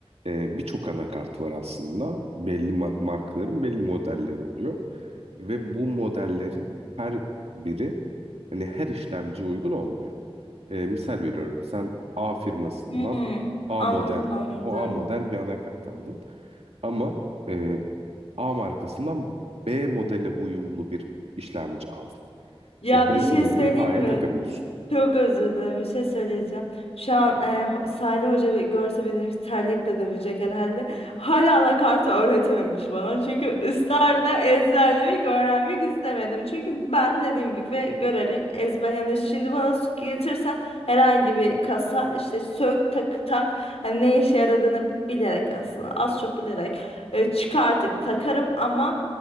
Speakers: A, on the right (about 80°); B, on the left (about 80°).
A: Ee, birçok anakart var aslında. Belli ma- markaların belli modelleri oluyor. Ve bu modellerin her biri hani her işlemciye uygun olmuyor. Ee, misal veriyorum sen A firmasından
B: Hmm,
A: A
B: anladım
A: model
B: anladım.
A: o A model bir anakart aldın. Ama e, A markasından B modele uyumlu bir işlemci aldın.
B: Ya
A: O B
B: bir şey
A: uyumluyu
B: söyleyeyim
A: A'ya
B: mi?
A: takamıyorsun.
B: Çok özür dilerim bir şey söyleyeceğim. Şu an e, ho- Salih Hoca be- görse beni terlikle dövecek herhalde. Hala anakartı öğretememiş bana. Çünkü ısrarla ezberlemek öğrenmek istemedim. Çünkü ben dediğim gibi görerek ezber yani şimdi bana s- getirsen herhangi bir kasa işte sök tak tak hani ne işe yaradığını bilerek aslında az çok bilerek e, çıkartıp
A: <laughs>
B: takarım ama